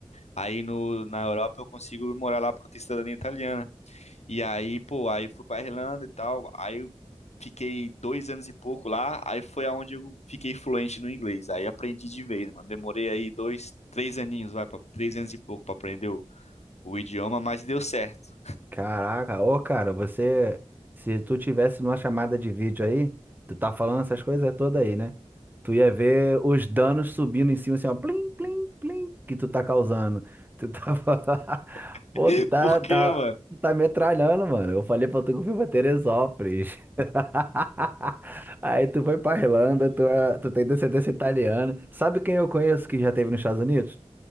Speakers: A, on the left (about 70°); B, on the right (about 15°).
A: Aí no, na Europa eu consigo morar lá porque eu tenho cidadania italiana. E aí, pô, aí eu fui pra Irlanda e tal. Aí eu fiquei dois anos e pouco lá. Aí foi aonde eu fiquei fluente no inglês. Aí aprendi de vez, mano. Demorei aí dois, três aninhos, vai, pra, três anos e pouco pra aprender o, o idioma, mas deu certo.
B: Caraca, ô, cara, você. Se tu tivesse numa chamada de vídeo aí, tu tá falando essas coisas todas aí, né? Tu ia ver os danos subindo em cima, assim, ó, plim, plim, plim, que tu tá causando. Tu tava. <laughs>
A: <laughs>
B: Pô, tu tá,
A: Por quê,
B: tá,
A: mano?
B: tu tá metralhando, mano. Eu falei pra tu que eu fui pra Teresópolis. <laughs> Aí tu foi pra Irlanda, tu, é- tu tem descendência italiana. Sabe quem eu conheço que já teve nos Estados Unidos?